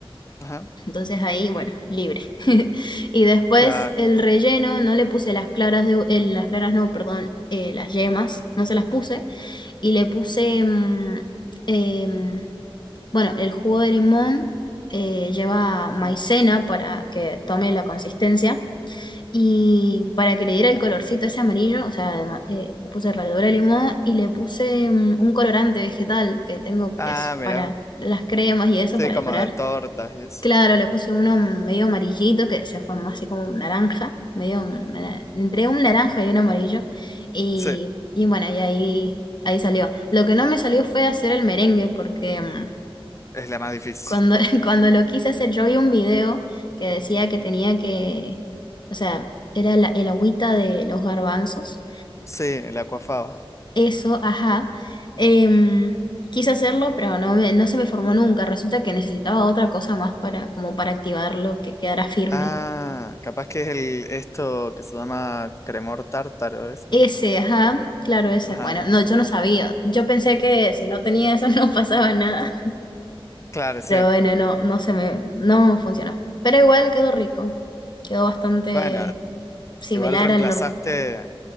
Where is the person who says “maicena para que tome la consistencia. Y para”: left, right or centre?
Left